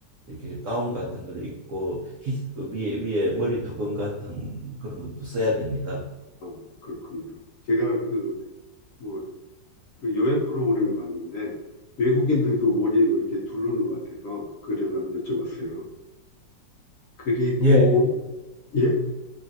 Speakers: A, on the right (about 85°); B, on the left (about 65°).
A: 이렇게 가운 같은 걸 입고 히, 그 위에 위에 머리 두건 같은 그런 것도 써야 됩니다.
B: 아, 그렇군요. 제가 그, 뭐, 그 여행 프로그램을 봤는데, 외국인들도 머리에 뭐 이렇게 두르는 것 같아서, 그래서 여쭤봤어요. 음. 그리고,
A: 예,
B: 예?